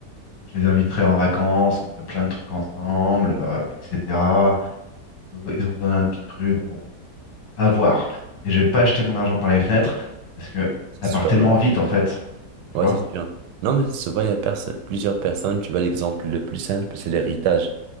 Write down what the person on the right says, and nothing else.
c'est
sûr,
non.
Ouais,
c'est sûr. Non, mais ça se voit, il y a perso- plusieurs personnes. Tu vois, l'exemple le plus simple, c'est l'héritage.